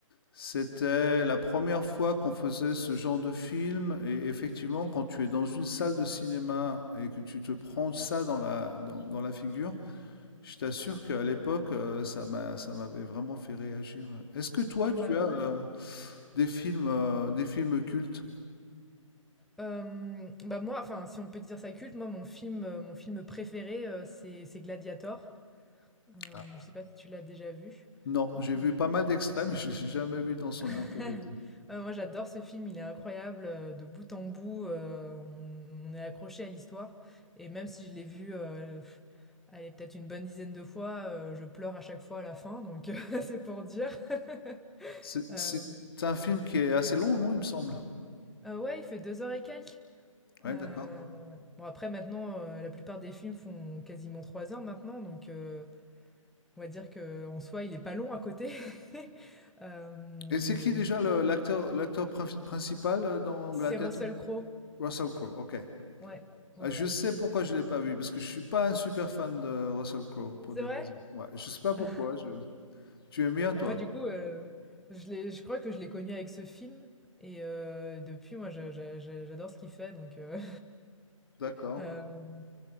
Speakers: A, on the left (about 45°); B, in the centre.
A: C'était la première fois qu'on faisait ce genre de film. Et effectivement, quand tu es dans une salle de cinéma et que tu te prends ça dans la, dans, dans la figure, je t'assure qu'à l'époque, euh, ça m'a, ça m'avait vraiment fait réagir. Est-ce que toi,
B: Ah
A: tu
B: bah
A: as euh,
B: ouais. ouais.
A: des films, euh, des films cultes?
B: Euh, bah moi, enfin, si on peut dire ça culte, moi mon film, euh, mon film préféré, euh, c'est c'est Gladiator. Euh,
A: Ah,
B: je sais pas si tu l'as déjà vu.
A: Non, j'ai
B: Mm.
A: vu pas mal d'extraits, mais <laughs> je ne l'ai jamais vu dans son
B: <laughs>
A: intégralité.
B: Euh, moi j'adore ce film, il est incroyable, euh, de bout en bout, euh, on, on est accroché à l'histoire. Et même si je l'ai vu, euh, pff, allez, peut-être une bonne dizaine de fois, euh, je pleure à chaque fois à la fin, donc <laughs> c'est pour dire. <laughs>
A: C'est
B: Euh,
A: c'est un film qui est assez long, non, il me semble.
B: euh, ouais, il fait deux heures et quelques.
A: Ouais,
B: Heu,
A: d'accord.
B: bon après maintenant, heu, la plupart des films font quasiment 3 heures maintenant donc heu, on va dire que en soi il est pas long à côté. <laughs> Hem,
A: Et c'est qui déjà le l'acteur l'acteur prinf principal, heu, dans
B: c'est
A: Gladiator?
B: Russell Crowe.
A: Russell Crowe, OK.
B: Ouais,
A: Ah,
B: ouais,
A: je
B: ouais.
A: sais pourquoi je ne l'ai pas vu, parce que je suis pas un super fan de Russell Crowe pour
B: C'est
A: des
B: vrai?
A: raisons. Ouais, je sais pas pourquoi,
B: <laughs>
A: je tu aimes bien toi?
B: Ah moi du coup, heu, je l'ai je crois que je l'ai connu avec ce film et heu, depuis moi je je je j'adore ce qu'il fait donc heu,
A: D'accord.
B: hem <laughs>